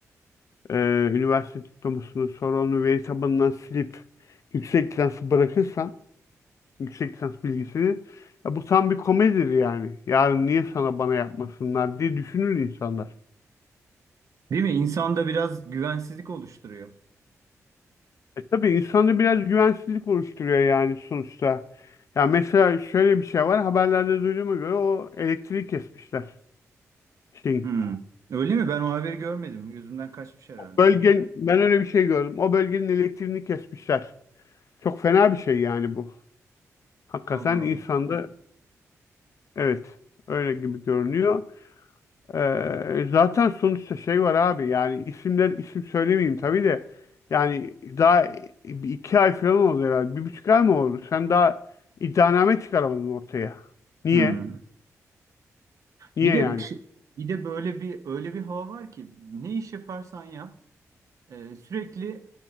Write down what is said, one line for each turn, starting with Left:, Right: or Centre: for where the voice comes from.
Left: e, üniversite diplomasını sonra onu veri tabanından silip yüksek lisansı bırakırsan, yüksek lisans bilgisini ya bu tam bir komedidir yani. Yarın niye sana bana yapmasınlar diye düşünür insanlar.
Right: Değil mi? İnsanda biraz güvensizlik oluşturuyor.
Left: E tabii insanda biraz güvensizlik oluşturuyor yani sonuçta. Ya mesela şöyle bir şey var. Haberlerde duyduğuma göre o elektriği kesmişler. Şeyin.
Right: Hmm. Öyle mi? Ben o haberi görmedim. Gözümden kaçmış herhalde.
Left: Bölgen, ben öyle bir şey gördüm. O bölgenin elektriğini kesmişler. Çok fena bir şey yani bu. Hakikaten
Right: Allah
Left: insanda
Right: Allah.
Left: evet öyle gibi görünüyor. Ee, zaten sonuçta şey var abi yani isimler isim söylemeyeyim tabii de yani daha bir iki ay falan oldu herhalde. Bir buçuk ay mı oldu? Sen daha iddianame çıkaramadın ortaya. Niye?
Right: Hmm.
Left: Niye
Right: Bir de
Left: yani?
Right: bir de böyle bir öyle bir hava var ki ne iş yaparsan yap Ee, sürekli